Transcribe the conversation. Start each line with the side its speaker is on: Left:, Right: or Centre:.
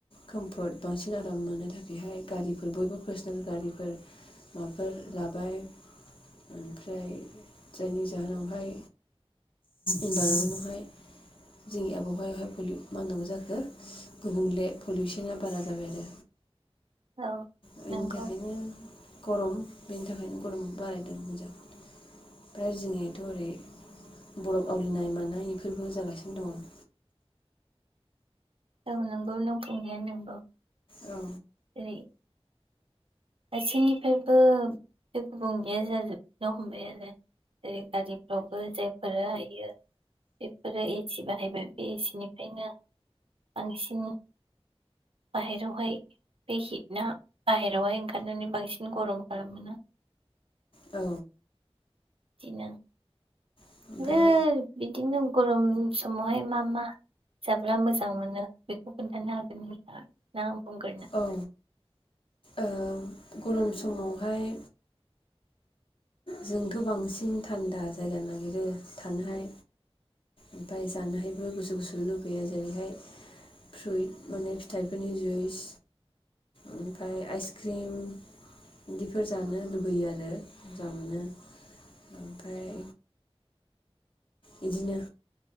Left: कोम्फोर्ट बांसिन आराम मोननो थाखायहाय गारिफोर बयबो पार्सनेल गारिफोर माबाफोर लाबाय ओमफ्राय जायनि जाहोनावहाय इनभाइरमेन्टावहाय जोंनि आबहावायावहाय पुलि मा होननांगौ जाखो गुबुंले पलिउसना बारा जाबाय आरो
Right: औ
Left: बेनि
Right: नंगौ
Left: थाखायनो गरम बेनि थाखायनो गरम बारायदों होजों ओमफ्राय जोंनियाथ' ओरै बरफ आवलिनाय मानाय इफोरबो जागासिनो दङ
Right: औ नोंगौ नों बुंनाया नोंगौ
Left: औ
Right: जेरै गासैनिफ्रायबो बे गुबुंलेया जाजोबनो हमबाय आरो जेरै गारिफ्रावबो जायफोर हायो बेफ जेरै एसिबा जाहैबाय बे इसेनिफ्रायनो बांसिन बाहेरावहाय बे हिट ना बाहेरायाव ओं खारनानै बांसिन गरम खालामो ना?
Left: औ
Right: दिनो
Left: ओमफ्राय
Right: नो बिदिनो गरम उन समावहाय मा मा जाब्ला मोजां मोनो बेखौ खोन्थानो हागोन नोंथाङा ना? बुंगोरनो
Left: औ ओ गरम समावहाय जोंथ' बांसिन थान्दा जायगा नागिरो थानोहाय ओमफाय जानोहायबो गुसु गुसु लुबैयो जेरैहाय फ्रुइट माने फिथाइफोरनि जुइस ओमफ्राय आइसक्रिम इदिफोर जानो लुबैयो आरो मोजां मोनो ओमफाय बिदिनो